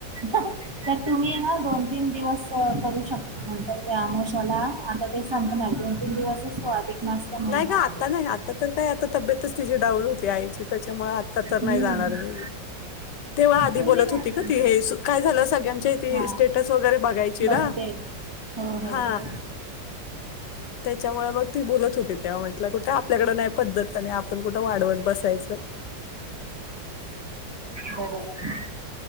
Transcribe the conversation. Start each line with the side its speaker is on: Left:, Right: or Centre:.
Right: तर, तुम्ही ना दोन तीन- दिवस करू शकतो नंतर त्या अमावस्या आता ते संपणार दोन तीन दिवसचो अधिक <unintelligible> महिना
Left: नाही ग, आता
Right: आहे.
Left: नाही. आता तर काय, आता तब्येतच तिची डाऊन होती आईची. त्याच्यामुळे आ-
Right: हम्म
Left: तर नाही जाणार मी तेव्हा आधी
Right: पूर्वी
Left: बोलत
Right: नाही
Left: होती का तीहे काय झालं सगळ्यांची थी
Right: हा
Left: स्टेटवर चेदा
Right: बघते. हो हो
Left: हा
Right: हो
Left: त्याच्यामुळे मग ती बोलत होती म्हटलं कुठे आपल्याकडं नाही पद्धत आपण कुठं वाढवत बसायचं
Right: बरोबर